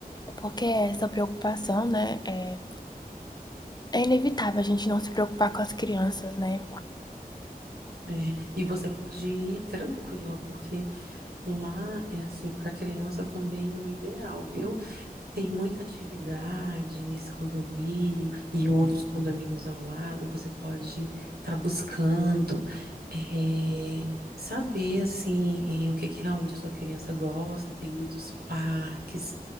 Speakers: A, on the left (about 25°); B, on the right (about 85°).
A: porque essa preocupação, né, é, É inevitável a gente não se preocupar com as crianças, né?
B: É, e você pode ir tranquila, porque lá é assim, para criança também é o ideal, viu? Tem muita atividade nesse condomínio e outros condomínios ao lado. Você pode estar buscando eh, saber assim eh, o que, que realmente a sua criança gosta. Tem muitos parques,